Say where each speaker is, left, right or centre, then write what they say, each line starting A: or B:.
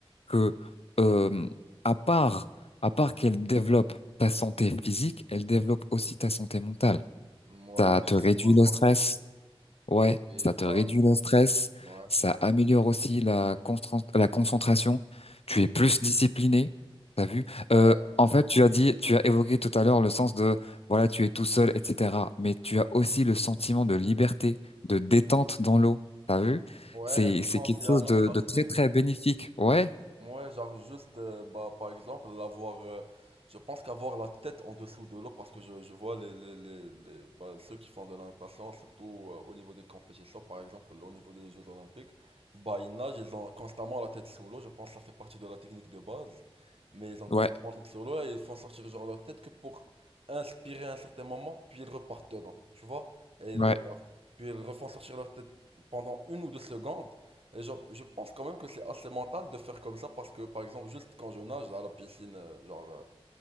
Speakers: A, on the left (about 80°); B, on the right (about 70°).
A: que, euh, à part, à part qu'elle développe ta santé physique, elle développe aussi ta santé mentale.
B: Ouais,
A: Ça te
B: je sais
A: réduit
B: pas, c'est
A: le
B: parce
A: stress,
B: que...
A: Ouais,
B: Et
A: ça
B: bah,
A: te réduit le stress,
B: ouais.
A: ça améliore aussi la constra- la concentration, tu es plus discipliné, t'as vu?
B: Ouais,
A: Euh, en fait, tu as dit, tu as évoqué tout à l'heure le sens de, voilà, tu es tout seul, etc. Mais tu as aussi le sentiment de liberté, de détente dans l'eau, t'as vu?
B: ouais,
A: C'est,
B: je
A: c'est
B: pense
A: quelque
B: qu'il y
A: chose
B: a un autre
A: de,
B: aspect.
A: de très, très bénéfique. Ouais,
B: Ouais, genre juste, euh, bah, par exemple, l'avoir, euh, je pense qu'avoir la tête en dessous de l'eau, parce que je, je vois les, les, les, les- bah, ceux qui font de la natation, surtout euh, au niveau des compétitions, par exemple, au niveau des Jeux Olympiques, bah, ils nagent, ils ont constamment la tête sous l'eau, je pense que ça fait partie de la technique de base, mais ils ont constamment
A: ouais,
B: la tête sous l'eau et ils font sortir genre leur tête que pour inspirer à un certain moment, puis ils repartent dedans, tu vois, et ils
A: ouais,
B: repartent, puis ils refont sortir leur tête pendant une ou deux secondes, et genre, je pense quand même que c'est assez mental de faire comme ça parce que, par exemple, juste quand je nage à la piscine, euh, genre, euh,